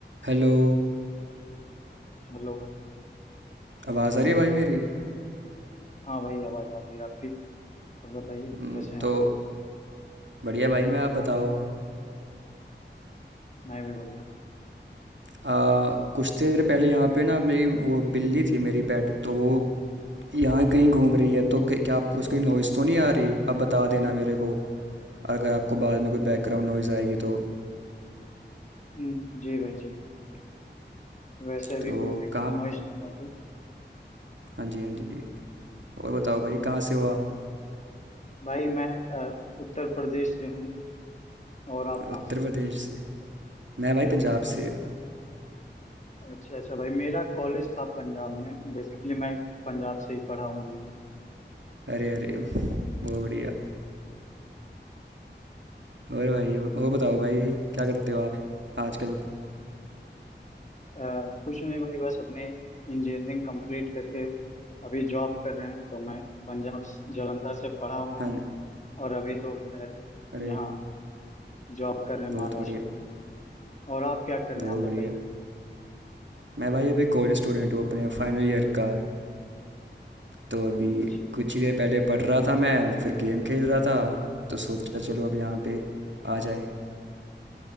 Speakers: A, on the right; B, on the left.
A: Hello
B: Hello
A: आवाज़ आ रही है भाई मेरी
B: हाँ भाई आवाज़ आ रही है आपकी और बताइए कैसे
A: हम्म,
B: हैं
A: तो
B: आप
A: बढ़िया भाई मैं आप बताओ
B: मैं भी बढ़िया
A: आ, कुछ देर पहले यहाँ पे ना मेरी वो बिल्ली थी मेरी पेट तो वो यहाँ कहीं घूम रही है तो क- क्या आपको उसकी नॉइज़ तो नहीं आ रही आप बता देना मेरे को अगर आपको बाद में कोई बैकग्राउंड नॉइज़ आएगी तो
B: हम्म, जी भाई जी बिल्कुल वैसे अभी
A: तो
B: कोई बैकग्राउंड
A: कहाँ
B: नॉइस नहीं आ रही
A: हाँ जी हाँ जी और बताओ भाई कहाँ से हो आप
B: भाई मैं अ, उत्तर प्रदेश से हूँ और आप
A: उत्तर
B: कहाँ से हो
A: प्रदेश से मैं भाई पंजाब से
B: अच्छा अच्छा भाई मेरा कॉलेज था पंजाब में बेसिकली मैं पंजाब से ही पढ़ा हुआ हूँ
A: अरे अरे बहुत बढ़िया और भाई और बताओ भाई क्या करते हो आप आजकल
B: अ, कुछ नहीं भाई बस अपने इंजीनियरिंग कंप्लीट करके अभी जॉब कर रहे हैं तो मैं पंजाब स- जालंधर से पढ़ा हुआ
A: हाँ
B: हूँ और अभी तो खैर
A: अरे
B: यहाँ जॉब कर रहे हैं
A: बहुत
B: महाराष्ट्र
A: बढ़िया
B: और आप क्या कर रहे
A: बहुत
B: हैं आप बताइए
A: बढ़िया मैं भाई अभी कॉलेज स्टूडेंट हूँ अपने फाइनल ईयर का तो अभी
B: अच्छा
A: कुछ ही देर पहले पढ़ रहा था मैं फिर गेम खेल रहा था तो सोचा चलो अब यहाँ पे आ जाएं